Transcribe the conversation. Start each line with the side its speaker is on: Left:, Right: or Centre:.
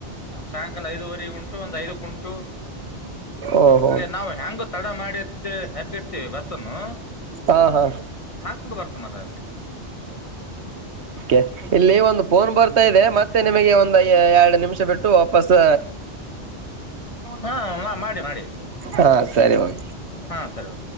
Left: ಸಾಯಂಕಾಲ ಐದುವರೆ ಉಂಟು ಒಂದ್ ಐದಕ್ ಉಂಟು
Right: ಓಹೋ
Left: ನಾವು ಹೆಂಗು ತಡ ಮಾಡಿ ಹೆಬ್ಬ ಇರ್ತವಿ ಬಸ್ನ್ನು
Right: ಹಾ ಹಾ
Left: ಹ ಬರ್ತ ಮರ ಅದು
Right: ೆ ಇಲ್ಲಿ ಒಂದು ಫೋನ್ ಬರ್ತಾ ಇದೆ ಮತ್ತೆ ನಿಮಗೆ ಒಂದು ಎರಡು ನಿಮಿಷ ಬಿಟ್ಟು ವಾಪಸ್ೀ
Left: ಹ ಮಾಡಿ ಮಾಡಿ
Right: ಹಾ ಸರಿ ಓಕೆ
Left: ಹಾ ಸರಿ